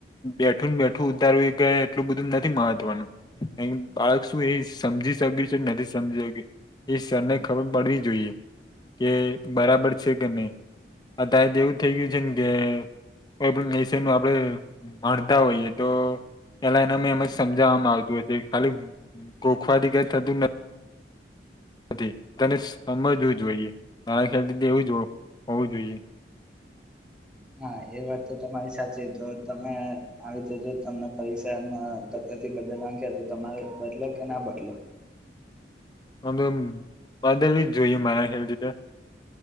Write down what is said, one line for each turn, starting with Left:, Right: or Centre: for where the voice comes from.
Left: બેઠું ને બેઠું ઉતારવુ એ કંઈ એટલું બધું નથી મહત્વનું બાળક શું એ સમ સમજી સગકયું છે નથી સમજયું એ સરને ખબર પડવી જોઈએ કે બરાબર છે કે નહીં અ ત્યારે તો એવું થઇ ગયું છે ન કે કોઈ પણ વિષય માં આપણે ભણતા હોઈએ તો પેલા એના મે એમજ સમજાવવામાં આવતું <unintelligible> ખાલી ગોખવાથી કઈ થતું નથ <unintelligible> તેને સમજવું જોઈએ, <unintelligible> હોવું જોઈએ. <inaudible>
Centre: હા એ વાત તો તમારી સાચી, તો તમે આવી રીતે જો તમે પરીક્ષામાં <unintelligible> અહીં થી બદલવા નું કહે તો તમારો બદલો કે ના બદલો?
Left: <unintelligible> તો બદલવી જ જોઈએ મારા ખયાલ થી તો.